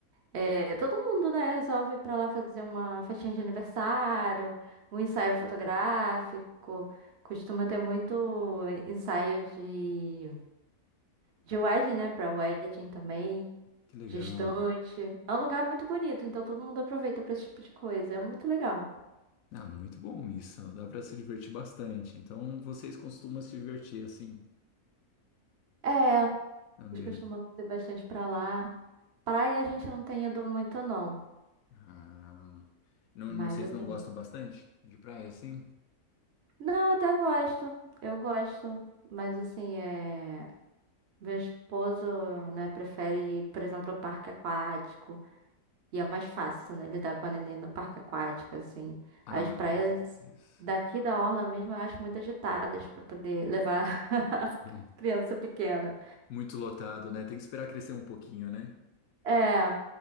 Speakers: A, on the right (about 60°); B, on the left (about 70°).
A: é, todo mundo, né, resolve ir pra lá fazer uma festinha de aniversário, um ensaio fotográfico, costuma ter muito ensaio de, de wedding, né, pra wedding também,
B: Que legal.
A: gestante. É um lugar muito bonito, então todo mundo aproveita pra esse tipo de coisa, é muito legal.
B: Ah, muito bom isso. Dá para se divertir bastante. Então vocês costumam se divertir assim,
A: É,
B: de maneira.
A: Nós costumamos ir bastante pra lá. Praia a gente não tem ido muito, não.
B: Ah, não,
A: Mas
B: não- vocês
A: assim.
B: não gostam bastante de praia assim?
A: Não, eu até gosto. Eu gosto. Mas assim, é. Meu esposo, né, prefere ir, por exemplo, ao parque aquático. E é mais fácil, né, lidar com a neném no parque aquático, assim.
B: Ah,
A: As praias
B: com certeza.
A: daqui da Orla mesmo eu acho muito agitadas pra poder levar <laughs> a
B: Hum.
A: criança pequena.
B: Muito lotado, né? Tem que esperar crescer um pouquinho, né?
A: É.